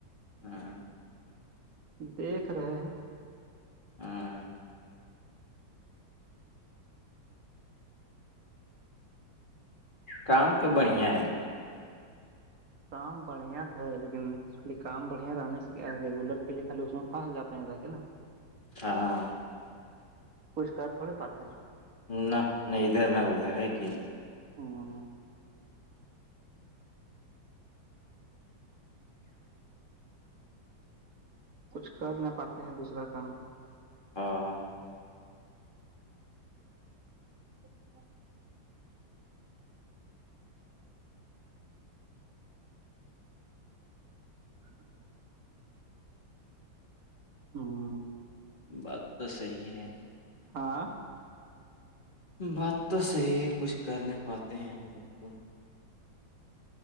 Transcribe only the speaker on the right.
دیکھ رہے ہیں
کام بڑھیا تھا لیکن خالی کام بڑھیا رہنے سے کیا ریگولر کے لیے خالی اس میں پاس جاتے ہیں جا کے نا
پسکار تھوڑے پاتے ہیں
ہاں کچھ کر نہ پاتے ہیں دوسرا کام
<inaudible> ہمم ہمم
ہاں